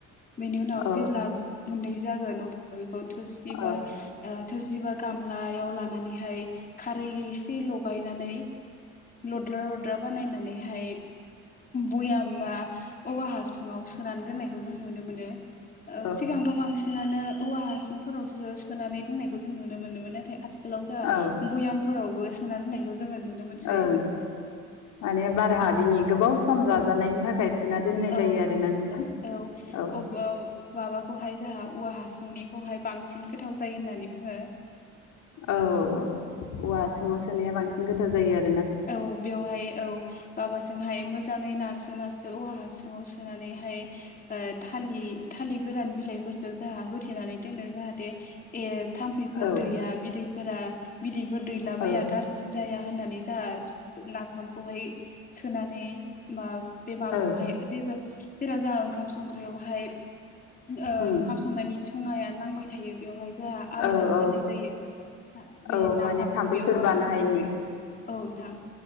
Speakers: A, on the left; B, on the left.
A: बेनि उनाव
B: औ
A: जेब्ला गुन्दै जागोन अब्ला बेखौ थोरसि बा
B: ओ
A: थोरसि बा गामलायाव लानानैहाय खारै एसे लगायनानै लद्रा लद्रा बानायनानैहाय बयाम बा औवा हासुङाव सोनानै दोननायखौ जों नुनो मोनो। ओ
B: औ
A: सिगांथ' बांसिनानो औवा हासुं फोरावसो सोनानै दोननायखौ जों नुनो मोनोमोन नाथाय आथिखालाव जोंहा
B: औ
A: भयामफोरावबो सोना दोननायखौ जोङो नुनो मोनसै
B: ओ माने बार हाबिनि
A: औ
B: गोबाव सम जाजानायनि थाखाय सोना दोननाय
A: औ
B: जायो आरोना नोंथां
A: औ
B: औ
A: अबा माबाखौहाय जाहा औवा हासुंनिखौहाय बांसिन गोथाव जायो होननानै बुङो।
B: औ औ औवा हासुङाव
A: औ
B: सोनाया बांसिन गोथाव जायो आरो।
A: औ बेवहाय औ बाबाजोंहाय मोजाङै नारसि नारसो नारसो औवा हासुङाव सोनानै ओ थालि थालिर गोरान बिलाइफोरजों जाहा होथेनानै दोनो जाहाथे ए थाम्फैफोर
B: औ
A: दैया बिदैफोरा बिदैफोर दैलाबाया
B: औ
A: गाज्रि जाया होननानै। जाहा नाफामखौहाय सोनानै मा बे माबायावहाय
B: औ
A: जेबो जेराव जोंहा ओंखाम संग्रायावहाय ओ
B: उम
A: ओंखाम संनायनि थुङाया नांबाय थायो बेवहाय जाहा आरलायनानै
B: औ औ
A: दोननाय जायो बे
B: औ
A: नाफामनि
B: माने थाम्फैफोर
A: बे औवा
B: बानो
A: हासुंखौहाय।
B: हायिनि
A: औ नोंथां।